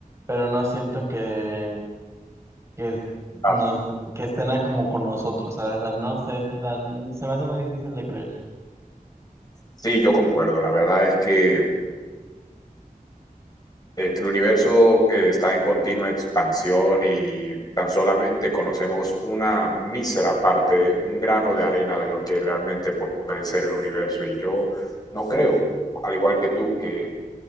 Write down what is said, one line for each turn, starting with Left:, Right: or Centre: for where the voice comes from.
Right: pero no siento que, que nos,
Left: Ah,
Right: que estén a como con nosotros, ¿sabes? O sea, no sé, o sea, n- se me hace muy difícil de creer.
Left: sí, yo concuerdo. La verdad es que eh, el universo eh, está en continua expansión y tan solamente conocemos una mísera parte, un grano de arena de lo que realmente pu- puede ser el universo. Y yo no creo, al igual que tú, que,